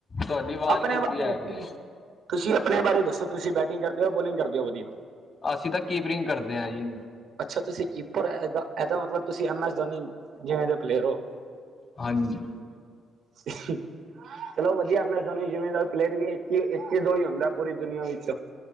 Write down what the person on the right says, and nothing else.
ਆਪਣੇ
ਬਾਰੇ
ਦੱਸੋ
ਤੁਸੀਂ ਆਪਣੇ ਬਾਰੇ ਦੱਸੋ ਤੁਸੀਂ ਬੈਟਿੰਗ ਕਰਦੇ ਹੋ ਬੋਲਿੰਗ ਕਰਦੇ ਹੋ ਵਧੀਆ।
ਅੱਛਾ ਤੁਸੀਂ ਕੀਪਰ ਇਹਦਾ ਮਤਲਬ ਤੁਸੀਂ ਐਮ ਐਸ ਧੋਨੀ ਜਿਵੇਂ ਦੇ ਪਲੇਅਰ ਹੋ।
<unintelligible> ਚਲੋ ਵਧੀਆ, ਮੈਂ ਸੋਨੀ ਜਿਮੀਂਦਾਰ ਪਲੇਅਰ ਵੀ ਇੱਕ ਦੋ ਹੀ ਹੁੰਦਾ ਪੂਰੀ ਦੁਨੀਆਂ ਵਿੱਚ